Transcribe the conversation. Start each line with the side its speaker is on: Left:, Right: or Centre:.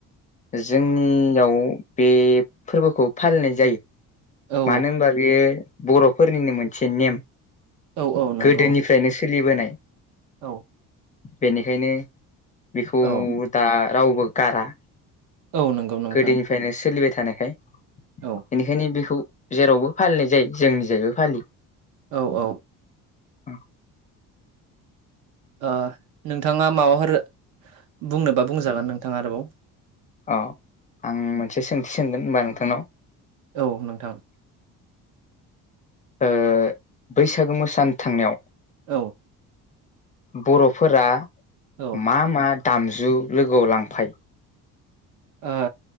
Left: जोंनियाव बे फोरबोखौ फालिनाय जायो
Right: औ
Left: मानो होनबा बे बर'फोरनिनो मोनसे नेम
Right: औ औ नंगौ
Left: गोदोनिफ्रायनो सोलिबोनाय
Right: औ
Left: बेनिखायनो बेखौ
Right: औ
Left: दा रावबो गारा
Right: औ नंगौ नोंथां
Left: गोदोनिफ्रायनो सोलिबाय थानायखाय
Right: औ
Left: बेनिखायनो बेखौ जेरावबो फालिनाय जायो जोंनि जायगायावबो फालियो
Right: औ औ
Left: औ
Right: ओ नोंथाङा माबाफोर बुंनोबा बुंजागोन नोंथाङा आरोबाव
Left: औ आं मोनसे सोंथि सोंगोन होनबा नोंथांनाव
Right: औ नोंथां
Left: ओ बैसागो मोसानो थांनायाव
Right: औ
Left: बर'फोरा
Right: औ ओ
Left: मा मा दामजु लोगोआव लांफायो
Right: ओ